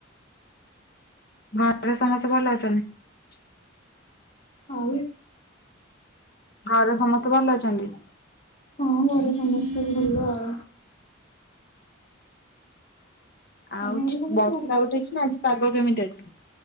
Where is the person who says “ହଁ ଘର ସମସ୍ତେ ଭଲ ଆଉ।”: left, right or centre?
Left